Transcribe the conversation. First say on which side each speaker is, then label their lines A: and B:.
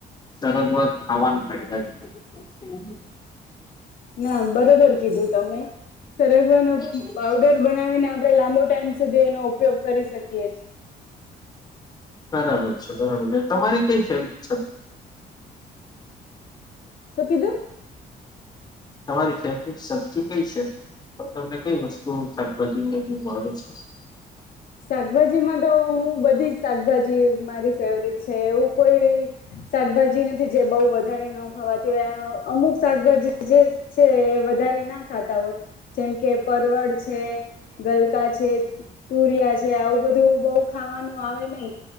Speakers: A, on the left; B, on the left.
A: સરંગવા ખાવાના ફાયદા છે. <inaudible>
B: ના બરોબર કીધું તમે સરગવાનો
A: છે.
B: પાવડર બનાવીને આમ આપ લાંબો ટાઈમ. સુધી એનો ઉપયોગ કરી શકીએ.
A: બરાબર છે બરાબર છે તમારી કઈબ છે.
B: સુખીધું.
A: તમારી ફેમિલી સૌથી કઈ છે પણ તમને કઈ વસ્તુ શાકભાજી છે.
B: શાકભાજીમાં તો હું બધી જ શાકભાજી મારી ફેવટ છે એવું કોઈ શાકભાજી નથી જે બહ વધારે ન ખાવાતી હોય આ અમુક શાકભાજી જે છે વધારે ના ખાતા હોય જેમ કે પરવડ છે ગલકા છે. તુરિયા છે આવું બધું બહુ ખાવાનું આવે નહીિ